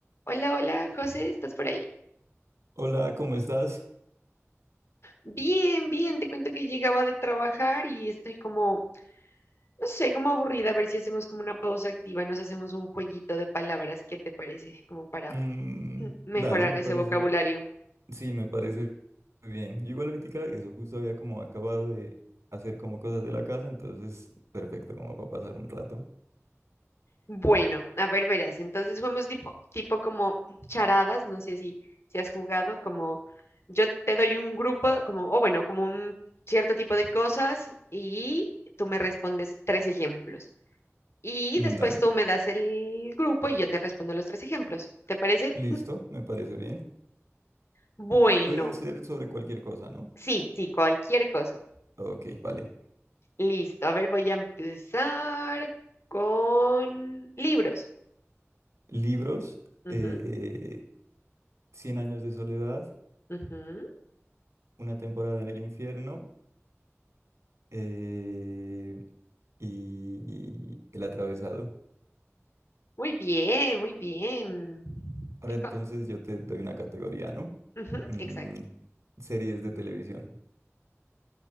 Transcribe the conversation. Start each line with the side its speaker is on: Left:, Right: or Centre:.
Left: Hola, hola, José, ¿estás por ahí?
Right: Hola, ¿cómo estás?
Left: Bien, bien, te cuento que llegaba de trabajar y estoy como, no sé, como aburrida, a ver si hacemos como una pausa activa y nos hacemos un jueguito de palabras, ¿qué te parece? Como para
Right: Mm,
Left: mm, mejorar
Right: dale, me
Left: ese
Right: parece,
Left: vocabulario.
Right: sí, me parece bien. Yo igual ahorita eso justo había como acabado de hacer como cosas de la casa, entonces perfecto como para pasar un rato.
Left: Bueno, a ver, verás, entonces jugamos tipo, tipo como charadas, no sé si, si has jugado, como yo te doy un grupo, como, o bueno, como un cierto tipo de cosas y tú me respondes tres ejemplos. Y
Right: Mm,
Left: después
Right: dale,
Left: tú me das el grupo y yo te respondo los tres ejemplos. ¿Te parece?
Right: listo, me parece bien.
Left: Bueno,
Right: Pueden ser sobre cualquier cosa, ¿no?
Left: sí, sí, cualquier cosa.
Right: Ok, vale.
Left: Listo, a ver, voy a empezar con libros.
Right: Libros,
Left: Ujú,
Right: eh, Cien años de soledad,
Left: ujú.
Right: Una temporada en el infierno eh, y El atravesado.
Left: Muy bien, muy bien.
Right: Ahora entonces
Left: Co-
Right: yo te doy una categoría, ¿no?
Left: ujú,
Right: Mm,
Left: exacto.
Right: series de televisión.